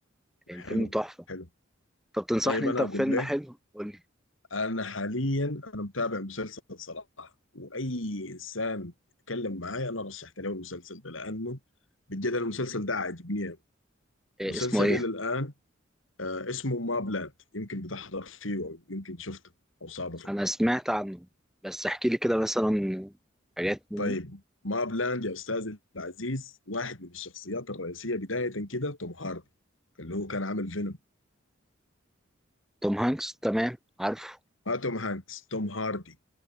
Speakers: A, in the centre; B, on the left.
A: الفيلم
B: حلو
A: تحفة
B: حلو
A: طب تنصحني
B: طيب انا
A: أنت بفيلم
B: اقول لك
A: حلو قول لي
B: انا حاليا انا متابع مسلسل صراحه واي انسان يتكلم معاي انا رشحت له المسلسل ده لانه بجد المسلسل ده عاجبني أوي.
A: إيه
B: مسلسل
A: اسمه إيه
B: الى الان آه اسمه ما بلاند يمكن بتحضر فيه او يمكن شفته او صادفه
A: أنا سمعت عنه بس احكي لي كده مثلا حاجات منه
B: طيب ما بلاند يا استاذي العزيز واحد من الشخصيات الرئيسيه بدايه كده توم هاردي اللي هو كان عامل فينوم
A: توم هانكس تمام عارفه
B: ما توم هانكس توم هاردي